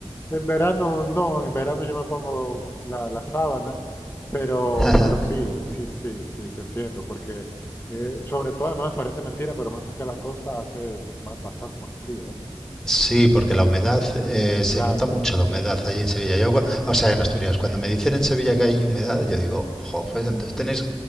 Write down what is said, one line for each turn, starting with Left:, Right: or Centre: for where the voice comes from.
Left: En verano no, en verano yo me pongo la, la sábana, pero,
Centre: <laughs>
Left: pero sí, sí, sí, sí, te entiendo, porque eh, sobre todo además parece mentira, pero más hacia la costa hace ma- bastante más frío, ¿eh?
Centre: Sí, porque la humedad, eh, se
Left: Claro.
Centre: nota mucho la humedad allí en Sevilla. Yo, cua- o sea, en Asturias, cuando me dicen en Sevilla que hay humedad, yo digo, jo, pues entonces tenéis,